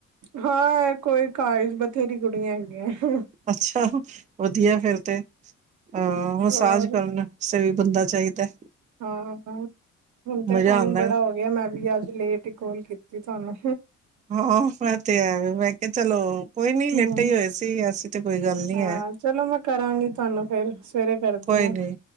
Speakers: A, on the right; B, on the right.
A: ਹਾਂ ਐ ਕੋਈ ਘਰ ਵਿੱਚ ਬਥੇਰੀ ਕੁੜੀਆਂ ਹੈਗੀਆ।
B: ਅੱਛਾ ਵਧੀਆ ਫੇਰ ਤੇ ਅ ਮਸਾਜ
A: ਹੋਰ
B: ਕਰਨ। ਸਈ ਬੰਦਾ ਚਾਈਦਾ।
A: ਹਾਂ ਹਾਂ ਹੁਣ ਤੇ
B: ਮਜ਼ਾ
A: ਟਾਈਮ
B: ਆਉਂਦਾ
A: ਬੜਾ ਹੋ ਗਿਆ ਮੈਂ ਵੀ ਅੱਜ ਲੇਟ ਈ ਕੋਲ ਕੀਤੀ ਥੋਆਂਨੂੰ।
B: ਹਾਂ ਹਾਂ ਐ ਤੇ ਹੈ ਮੈਂ ਕਿਆ ਚਲੋ। ਕੋਈ ਨੀ
A: ਹੂੰ
B: ਲੇਟੇ ਹੀ ਹੋਏ ਸੀ ਐਸੀ ਤੇ ਕੋਈ ਗੱਲ ਨੀ
A: ਹਾਂ
B: ਹੈ।
A: ਚਲੋ ਮੈਂ ਕਰਾਂਗੀ ਤੁਆਨੂੰ ਫੇਰ। ਸਵੇਰੇ ਕਰਦੀ
B: ਕੋਈ
A: ਆ।
B: ਨੀ